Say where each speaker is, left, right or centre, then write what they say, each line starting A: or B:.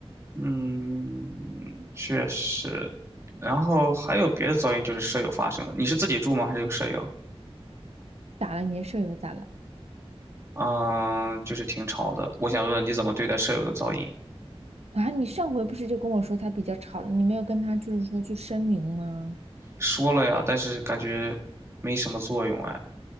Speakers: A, on the right; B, on the right.
A: 嗯，确实。然后还有别的噪音，就是舍友发生的。你是自己住吗？还是有舍友？
B: 咋了？你的舍友咋了？
A: 嗯，就是挺吵的。我想问问你怎么对待舍友的噪音？
B: 啊，你上回不是就跟我说他比较吵了，你没有跟他就是说去声明吗？
A: 说了呀，但是感觉没什么作用哎。